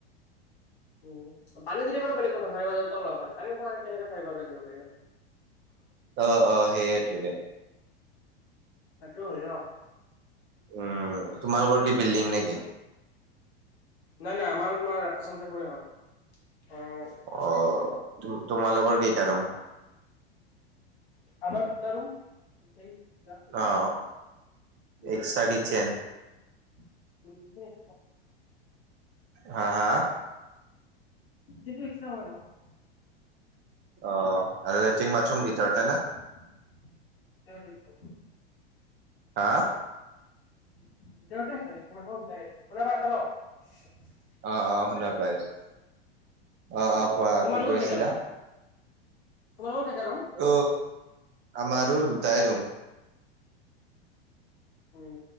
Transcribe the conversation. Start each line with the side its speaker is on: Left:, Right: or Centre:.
Left: উম পানী যদি পাৰো বেলেগ কথা চাৰে পাঁচ হাজাৰ টকা ল'ব পাৰে পানী নথকাকে কেনেকে চাৰে পাঁচ হাজাৰ টকা দিব পাৰিবা।
Right: অ অ সেইয়ে তো দে
Left: সেইটো হয় ন
Right: উম তোমালোকৰ কি বিল্ডিং নেকি?
Left: নাই নাই আমাৰো তোমাৰ আসাম টাইপৰে হয়, অ
Right: অ তোমালোকৰ কেইটা ৰুম?
Left: আমাৰ দুটা ৰুম মেইন দুটা,
Right: অ
Left: <unintelligible>
Right: এক্সট্ৰা কিটচেন হাঁ, হাঁ!
Left: <unintelligible>
Right: অঁ! আৰু লেট্ৰিন-বাথৰুম ভিতৰতে না?
Left: <unintelligible>
Right: হাঁ
Left: ভিতৰতে আছে, বাহিৰলৈ যাব নালাগে কল্পনাৰ আছে ন?
Right: অঁ, অঁ! শুনা পাই আছোঁ! অঁ,
Left: উম
Right: অঁ! কোৱা
Left: তোমালোকৰ
Right: কি কৈ
Left: কেইটা
Right: আছিলা?
Left: ৰুম তোমালোকৰ কেইটা ৰূম?
Right: উম! আমাৰো দুটাই ৰুম।
Left: উম!